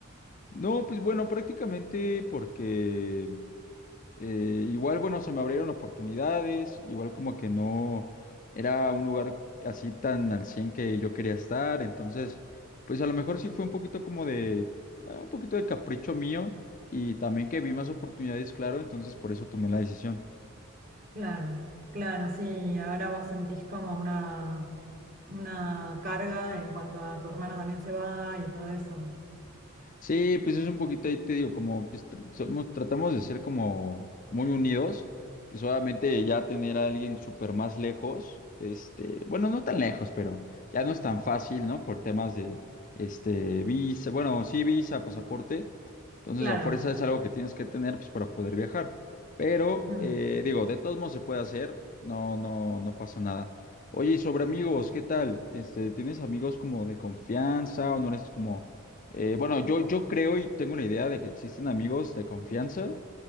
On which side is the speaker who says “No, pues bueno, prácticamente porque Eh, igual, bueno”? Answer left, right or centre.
Left